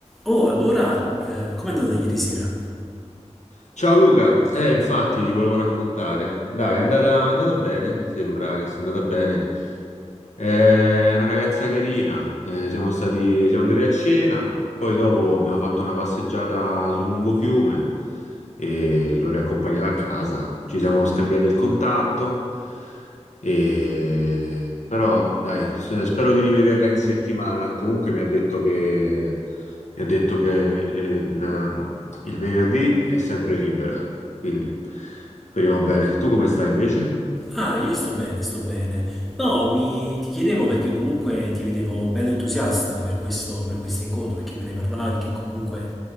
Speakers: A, in the centre; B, on the left (about 75°).
A: Oh, allora, eh, com'è andata ieri sera?
B: Ciao Luca, eh, infatti ti volevo raccontare. Dai, è andata, è andata bene, sembra che sia andata bene. Eh, È una ragazza carina, eh, siamo stati, siamo andati a cena, poi dopo abbiamo fatto una passeggiata sul lungofiume e l'ho riaccompagnata a casa. Ci siamo scambiati il contatto, e... però dai, s- spero di rivederla in settimana. Comunque mi ha detto che, mi ha detto che eh, il, il venerdì è sempre libera, quindi speriamo bene. Tu come stai invece?
A: Ah, io sto bene, sto bene. No, mi, ti chiedevo perché comunque ti vedevo bello entusiasta per questo, per questo incontro, perché me ne parlavi che comunque